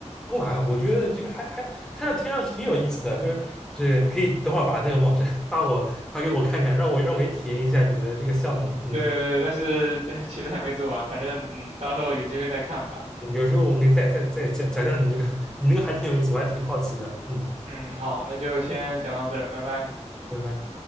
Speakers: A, in the centre; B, on the right.
A: 不麻烦，我觉得这个还还看上听上去挺有意思的，就是这个你可以等会儿把那个网站 <laughs> 发我发给我看看，让我让我也体验一下你们的这个项目。嗯，
B: 对对，对，但是 <laughs> 其实还没做完，反正嗯，到时候有机会再看吧。
A: 嗯有时候我们可以再再再讲讲讲你这个，你那个还挺有意思，我还挺好奇的。嗯，
B: 嗯，好，那就先讲到这儿，拜拜。
A: 拜拜。